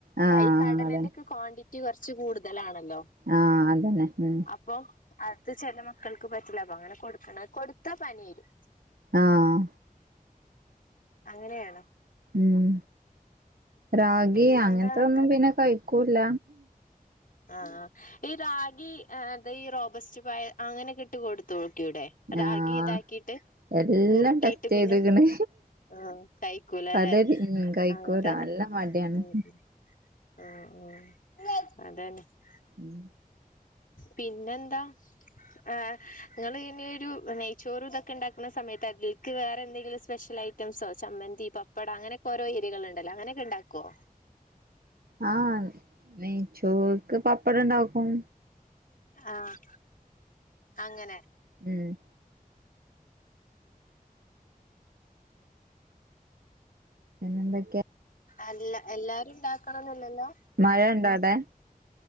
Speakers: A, on the right; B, on the left.
A: ആഹ്
B: അയില് കടലന്റെക്കെ
A: അതന്നെ
B: ക്വാണ്ടിറ്റി കൊറച്ച് കൂട്തലാണല്ലോ
A: ആഹ് അതന്നെ ഉം
B: അപ്പൊ അത് ചെല മക്കൾക്ക് പറ്റില്ല അപ്പങ്ങനെ കൊടുക്ക്ണെ കൊട്ത്താ പനി വെരും
A: ആഹ്
B: അങ്ങനെയാണ്
A: ഉം റാഗി
B: പിന്നെന്താന്നിട്ട്
A: അങ്ങൻത്തൊന്നും പിന്നെ കഴിക്കൂല്ല
B: ആഹ് ഈ റാഗി ആഹ് അത് ഈ റോബസ്റ്റ് പഴം അങ്ങനെക്കെ ഇട്ട് കൊട്ത്തോക്കിക്കൂടെ റാഗി
A: ആഹ്
B: ഇതാക്കീട്ട്
A: എല്ലാം
B: കുറ്ക്കീട്ട്
A: ടെസ്റ്റ്
B: പിന്നെ
A: ചെയ്ത്ക്ക്ണ്
B: ആഹ് കഴിക്കൂലലേ
A: പല ഉം കഴിക്കൂല
B: അങ്ങൻത്തന്നെ
A: നല്ല മടിയാണ്
B: ഉം ഉം ആഹ് ആഹ് അതന്നെ
A: ഉം
B: പിന്നെന്താ ആഹ് ഇങ്ങളിനി ഒരു നെയ്ച്ചോറൂം ഇതൊക്കെ ഇണ്ടാക്ക്‌ണ സമയത്ത് അതിലേക്ക് വേറെ എന്തെങ്കിലും സ്പെഷ്യലൈ- റ്റംസോ ചമ്മന്തി പപ്പട അങ്ങനെക്കോരോ എരികള്ണ്ടല്ലോ അങ്ങനെക്കെ ഇണ്ടാക്കോ?
A: ആഹ് നെയ്ച്ചോർക്ക്‌ പപ്പടണ്ടാക്കും.
B: ആഹ്. അങ്ങനെ.
A: ഉംഹ്. പിന്നെന്തൊക്കെ?
B: അല്ല എല്ലാരും ഇണ്ടാക്കണംന്ന്ല്ലല്ലോ?
A: മഴണ്ടോ അവടേ,